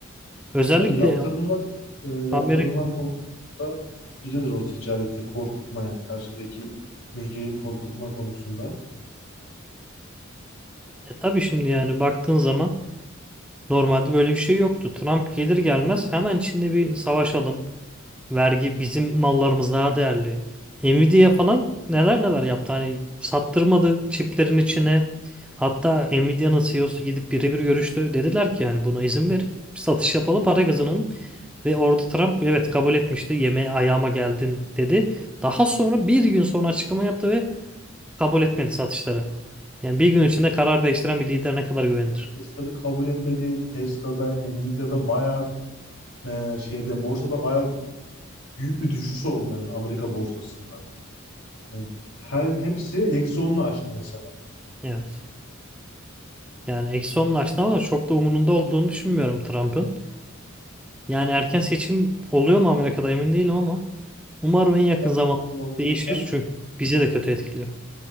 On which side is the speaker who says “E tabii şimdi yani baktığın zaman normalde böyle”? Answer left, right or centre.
Centre